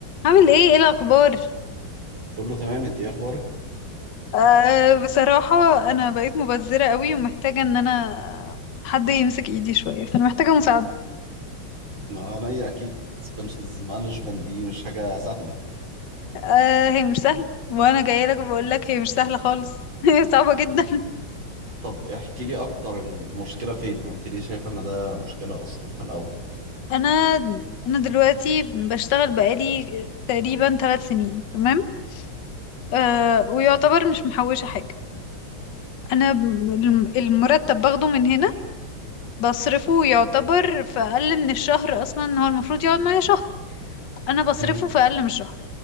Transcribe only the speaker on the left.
عامل ايه ايه الاخبار
آه بصراحة انا بقيت مبذرة قوي ومحتاجة ان انا حد يمسك ايدي شوية فانا محتاجة مساعدة
آه هي مش سهلة وانا جاية لك بقول لك هي مش سهلة خالص <laughs> هي صعبة جدا
انا انا دلوقتي بشتغل بقالي تقريبا ثلاث سنين تمام آه ويعتبر مش محوشة حاجة انا ب- الم- المرتب باخده من هنا بصرفه يعتبر في اقل من الشهر اصلا هو المفروض يقعد معايا شهر انا بصرفه
في اقل من شهر